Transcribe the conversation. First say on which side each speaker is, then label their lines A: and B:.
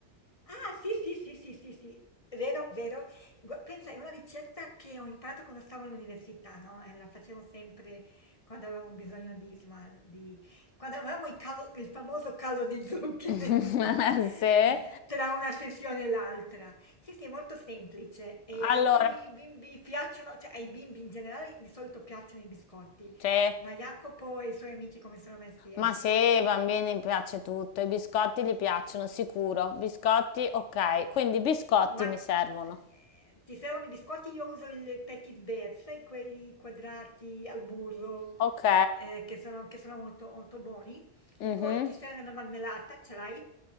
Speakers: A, on the left; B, on the left.
A: Ah, sì, sì, sì, sì, sì, sì, vero, vero. Gu- Pensa, è una ricetta che ho imparato quando stavo all'università, no? E la facevo sempre quando avevamo bisogno di, insomma, di... quando avevamo il, calo- il famoso calo di zuccheri,
B: <laughs>
A: <laughs> no?
B: Sì?
A: Tra una sessione e l'altra. Sì, sì, è molto semplice. E ai
B: Allora,
A: tuoi bimbi piacciono, cioè ai bimbi in generale di solito piacciono i biscotti,
B: sì.
A: ma Jacopo e i suoi amici come sono messi ai
B: Ma
A: biscotti?
B: se ai bambini piace tutto, i biscotti gli piacciono, sicuro. Biscotti, ok. Quindi biscotti
A: Ma,
B: mi
A: ehm,
B: servono.
A: ti servono i biscotti? Io uso il Petit Beurre, sai quelli quadrati al burro,
B: Ok.
A: ehm, che sono che sono molto molto buoni.
B: Mhm.
A: Poi ti serve una marmellata, ce l'hai?